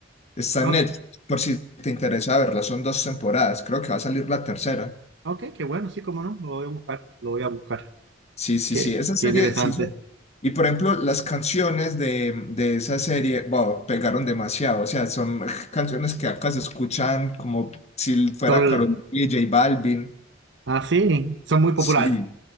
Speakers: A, on the left (about 35°); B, on the right (about 65°).
A: Está
B: ok,
A: en Netflix, por si te interesa verla. Son dos temporadas, creo que va a salir la tercera.
B: ok, qué bueno, sí, cómo no, lo voy a buscar, lo voy a buscar.
A: Sí, sí,
B: Qué,
A: sí, esa serie
B: qué interesante.
A: sí son- Y por ejemplo, las canciones de, de esa serie, wow, pegaron demasiado. O sea, son canciones que acá se escuchan como si fuera
B: Tol,
A: Karol G, J Balvin.
B: ah, sí, son muy populares.
A: Sí,